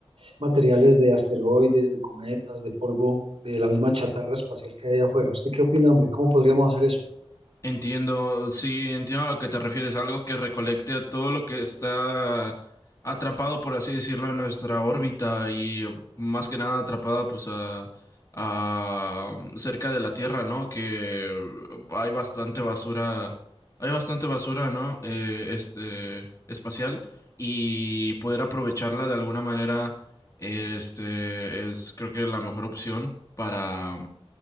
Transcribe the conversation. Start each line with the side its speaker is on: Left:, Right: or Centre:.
Right: materiales de asteroides, de cometas, de polvo, de la misma chatarra espacial que hay allá afuera. ¿Usted qué opina, hombre? ¿Cómo podríamos hacer eso?
Left: Entiendo, sí, entiendo a lo que te refieres, algo que recolecte todo lo que está atrapado, por así decirlo, en nuestra órbita y más que nada atrapada pues a, a cerca de la Tierra, ¿no? Que hay bastante basura, hay bastante basura, ¿no? Eh, este espacial y poder aprovecharla de alguna manera, este es creo que la mejor opción para